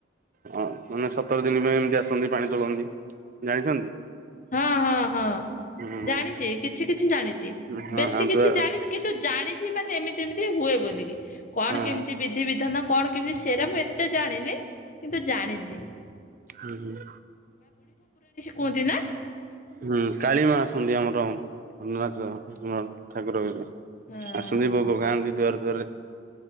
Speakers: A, on the right (about 45°); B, on the left (about 45°).
A: ହଁ ମାନେ ସତର ଦିନି ପାଇଁ ଏମତି ଆସନ୍ତି ପାଣି ତୋଳନ୍ତି, ଜାଣିଛନ୍ତି?
B: ହଁ ହଁ ହଁ
A: ହୁଁ
B: ଜାଣିଛି, କିଛି କିଛି ଜାଣି ଛି
A: ହଁ
B: ବେଶୀ କିଛି
A: ଦୁ
B: ଜାଣିନି। କିନ୍ତୁ ଜାଣିଛି ମାନେ ଏମିତି ଏମିତି ହୁଏ ବଲିକି। କଣ
A: ହଁ
B: କେମିତି ବିଧିବିଧାନ? କଣ କେମିତି ସେରା ମୁଁ ଏତେ ଜାଣିନି। କିନ୍ତୁ ଜାଣିଚି।
A: ହୁଁ ହୁଁ।
B: କୁଅନ୍ତି ନା?
A: ହୁଁ କାଳିମା ଆସନ୍ତି ଆମର <unintelligible> ଠାକୁରରେ।
B: ହଁ
A: ଆସନ୍ତି
B: ହଁ।
A: ଭୋଗ ଖାଆନ୍ତି ଦୁଆର ଦୁଆରରେ,